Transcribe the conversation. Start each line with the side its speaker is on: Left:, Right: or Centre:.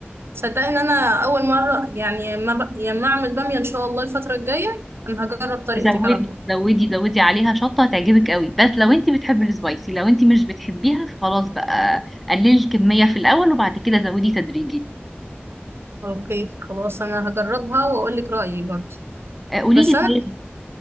Right: صدقني ان انا اول مره يعني ما ب... يعني ما اعمل باميه ان شاء الله الفتره الجايه انا هجرب طريقتك
Centre: زودي
Right: على طول
Centre: زودي زودي عليها شطه هتعجبك قوي بس لو انت بتحبي السبايسي لو انت مش بتحبيها فخلاص بقى قللي الكميه في الاول وبعد كده زودي تدريجي
Right: اوكي خلاص انا هجربها واقول لك رايي برضه
Centre: آه، قولي
Right: بس
Centre: لي
Right: انا
Centre: طيب